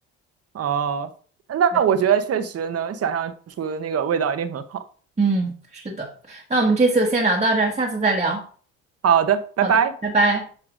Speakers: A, on the right; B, on the right.
A: 哦，那我觉得确实能想象出那个味道一定很好。
B: 对，嗯，是的。那我们这次就先聊到这儿，下次再聊。
A: 好的，拜拜。
B: 好的，拜拜。